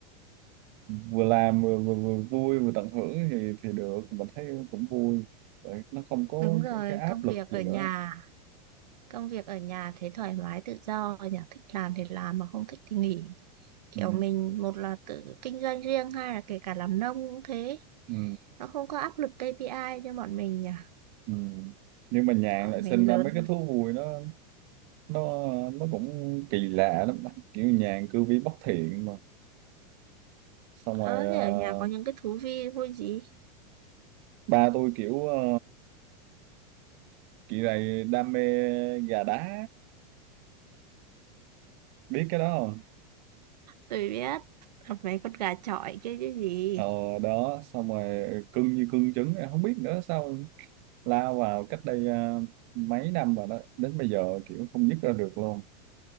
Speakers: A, on the right; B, on the right.
A: vừa làm vừa, vừa, vừa vui vừa tận hưởng thì thì được mình thấy cũng vui Tại nó không có
B: Đúng rồi,
A: cái, cái áp
B: công
A: lực
B: việc ở
A: gì nữa
B: nhà, công việc ở nhà thế thoải mái tự do nhỉ, thích làm thì làm mà không thích thì nghỉ. Kiểu
A: ừ,
B: mình một là tự kinh doanh riêng, hai là kể cả làm nông cũng thế,
A: ừ,
B: nó không có áp lực KPI cho bọn mình nhỉ.
A: ừ. nhưng mà nhàn
B: Ờ,
A: lại sinh
B: mình
A: ra
B: lớn
A: mấy cái thú vui nó nó nó cũng kỳ lạ lắm kiểu nhàn cư vi bất thiện mà xong
B: ờ
A: rồi ờ,
B: thế ở nhà có những cái thú vui vui gì
A: ba tôi kiểu ờ, kỳ này đam mê gà đá biết cái đó không
B: tôi biết Hoặc mấy con gà chọi kia chứ gì
A: ờ đó xong rồi cưng như cưng trứng em không biết nữa sao lao vào cách đây à, mấy năm rồi đó đến bây giờ kiểu không dứt ra được luôn